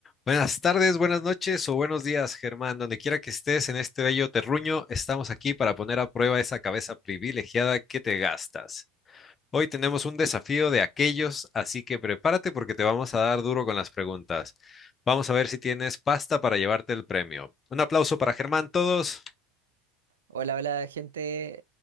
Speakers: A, on the left; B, on the right.
A: Buenas tardes, buenas noches o buenos días, Germán. Donde quiera que estés en este bello terruño, estamos aquí para poner a prueba esa cabeza privilegiada que te gastas. Hoy tenemos un desafío de aquellos, así que prepárate porque te vamos a dar duro con las preguntas. Vamos a ver si tienes pasta para llevarte el premio. Un aplauso para Germán, todos.
B: Hola, hola gente.